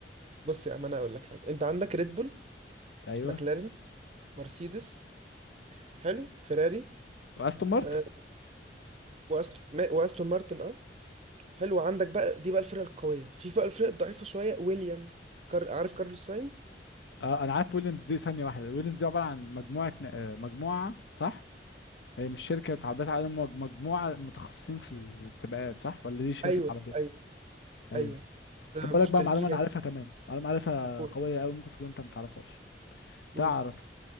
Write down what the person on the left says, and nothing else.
ايوه
واستون مارتن
اه انا عارف ويليامز دي ثانيه واحده ويليامز دي عباره عن مجموعه ن- آه، مجموعه صح هي مش شركة عربيات عالم مج- مجموعة متخصصين في السباقات صح ولا دي شركة
عربية
ايوه
طب اقول
لك بقى معلومة انا
عارفها كمان معلومة عارفها
قوية قوي ممكن تكون انت ما تعرفهاش
تعرف